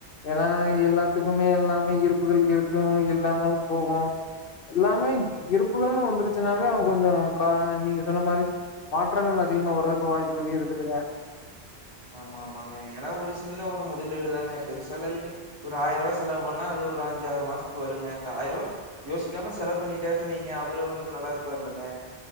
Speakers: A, on the left; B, on the right.
A: எனா எல்லாத்துக்குமே எல்லாமே இருப்புகள் இருக்கு இல்லாமாலு போகு எல்லாமே இப் இருப்புகள்னு வந்துருச்சுன்னாவே அவ கொஞ்சோ கா நீங்க சொன்ன மாரி மாற்றங்கள் அதிகமா வரக்கு வாய்ப்புகள் இருக்குதுங்க
B: ஆமா ஆமாங்க எனா ஒரு சின்ன ஒரு முதலீடுதாங்க பெருசாலா இல்லிங்க ஒரு ஆயருவா செலவு பண்ணா அது ஒரு அஞ்சாறு மாசத்துக்கு வருங்க அந்த ஆயருவா யோசிக்காம செலவு பண்ணிட்டாருன் வைங்க அவரவர் நல்லாருப்பார் இல்லங்க